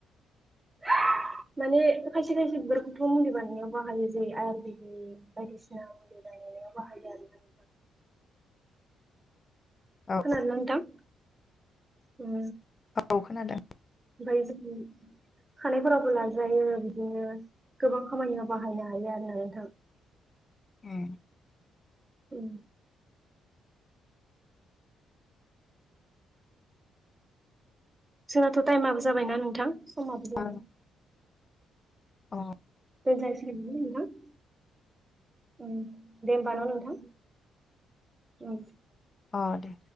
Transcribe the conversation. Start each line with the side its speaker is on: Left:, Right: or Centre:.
Right: <unintelligible> माने खायसे खायसे बिबारखौथ' मुलि बानायनायाव बाहायो जेरै आयुरवेदिक बायदिसिना मुलि बानायनाय गायनायाव बाहायो आरो ना नोंथां।
Left: औ
Right: खोनादोंना नोंथां उम
Left: औ खोनादों
Right: ओमफाय जोङो खानायफोरावबो लाजायो बिदिनो गोबां खामानियाव बाहायनो हायो आरोना नोंथां।
Left: उम
Right: उम जोंनाथ' टाइमाबो जाबायना नोंथां समाबो
Left: औ
Right: जाबाय।
Left: अ
Right: दोनजासिगोन नामा नोंथां उम दे होमबा न नोंथां।
Left: अ दे